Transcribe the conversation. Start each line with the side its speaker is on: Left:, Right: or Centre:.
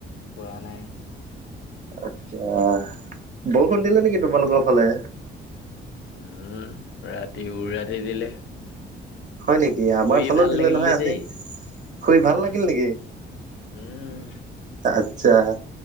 Left: খোৱা নাই।
Right: আচ্ছা, বৰষুণ দিলে নেকি তোমালোকৰ ফালে?
Left: উম' ৰাতি উ ৰাতি দিলে।
Right: হয় নেকি? আমাৰ
Left: শুই
Right: ফালেও
Left: ভাল
Right: দিলে
Left: লাগিলে
Right: নহয় আজি।
Left: দেই
Right: শুই ভাল
Left: উম
Right: লাগিল নেকি?
Left: উম
Right: আচ্ছা,